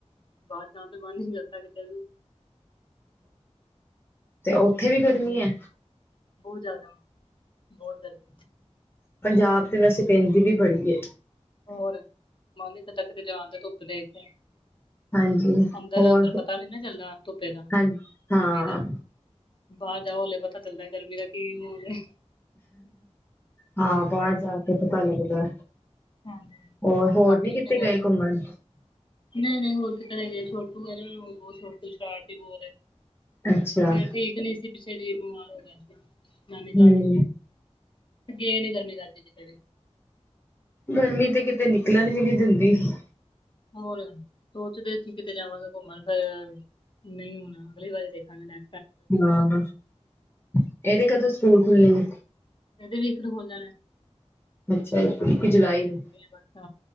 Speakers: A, on the left; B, on the left.
A: ਬਾਹਰ ਜਾਣ ਤੋਂ ਮਨ ਨੀ ਕਰਦਾ ਕਿਤੇ ਵੀ।
B: ਤੇ ਉੱਥੇ
A: ਹੋਰ
B: ਵੀ
A: ਸੁਣਾਓ
B: ਗਰਮੀ ਹੈ।
A: ਬਹੁਤ ਜ਼ਿਆਦਾ ਬਹੁਤ ਗਰਮੀ
B: ਪੰਜਾਬ ਤੇ ਵੈਸੇ
A: ਹੈ
B: ਪੈਂਦੀ ਵੀ ਬੜੀ ਏ
A: ਹੋਰ, ਮਨ ਨੀ ਕਰਦਾ ਕਿਤੇ ਜਾਣ ਦਾ, ਧੁੱਪ ਦੇਖ ਕੇ
B: ਹਾਂਜੀ
A: ਅੰਦਰ
B: ਹੋਰ
A: ਅੰਦਰ ਪਤਾ ਨੀ ਨਾ ਚੱਲਦਾ ਧੁੱਪੇ ਦਾ,
B: ਹਾਂਜੀ ਹਾਂ
A: ਗਰਮੀ ਦਾ ਬਾਹਰ ਜਾਓ ਹਲੇ ਪਤਾ ਚੱਲਦਾ ਗਰਮੀ ਦਾ ਕੀ ਹ
B: ਹਾਂ, ਬਾਹਰ ਜਾ ਕੇ ਪਤਾ ਲੱਗਦਾ।
A: ਹਾਂਜੀ
B: ਹੋਰ, ਹੋਰ
A: ਸਭ
B: ਨੀ
A: ਠੀਕ
B: ਕਿਤੇ
A: ਨੇ
B: ਗਏ
A: ਘਰ
B: ਘੁੰਮਣ?
A: ਨਹੀਂ -ਨਹੀਂ ਹੋਰ ਕਿਤੇ ਨਹੀ ਗਏ, ਛੋਟੂ ਹੈ ਨਾ ਬਹੁਤ ਛੋਟੂ ਸ਼ਰਾਰਤੀ ਬਹੁਤ
B: ਅੱਛਾ
A: ਫਿਰ ਠੀਕ ਨਹੀਂ ਸੀ, ਪਿੱਛੇ ਜੀ ਬਿਮਾਰ ਹੋ ਗਿਆ ਸੀ, ਨਾਨੀ
B: ਹਮ
A: ਘਰ ਗਏ ਨੀ ਗਰਮੀ ਕਰਕੇ ਕਿਤੇ ਵੀ।
B: ਗਰਮੀ ਤੇ ਕਿਤੇ ਨਿਕਲਣ ਵੀ ਨੀ ਦਿੰਦੀ ਜਲਦੀ
A: ਹੋਰ, ਸੋਚਦੇ ਸੀ ਕਿਤੇ ਜਾਵਾਂਗੇ ਘੁੰਮਣ ਫਿਰ ਨਹੀਂ, ਹੁਣ ਅਗਲੀ ਵਾਰੀ ਦੇਖਾਂਗੇ ਮੈ
B: <unintelligible> ਇਹਦੇ ਕਤੋਂ ਸਕੂਲ ਖੁੱਲੇ ਨੇ
A: ਇਹਦੇ ਵੀ, ਇੱਕ ਨੂੰ ਖੁੱਲ ਜਾਣਾ।
B: ਅੱਛਾ ਇੱਕ, ਇੱਕ ਜੁਲਾਈ ਨੂੰ
A: ਅੱਛਾ